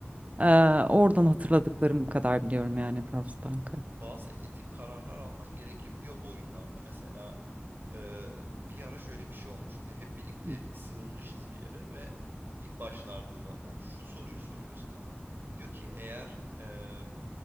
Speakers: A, on the right; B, on the right.
A: Ee, oradan hatırladıklarım kadar biliyorum yani Frostbank'ı.
B: Bazı etik kararlar alman gerekebiliyor bu oyunlarda. Mesela eee, bir ara şöyle bir şey olmuştu. Hep birlikte
A: Hı.
B: sığınmışız bir yere ve ilk başlarda zaten şu soruyu soruyor sana. Diyor ki eğer eee,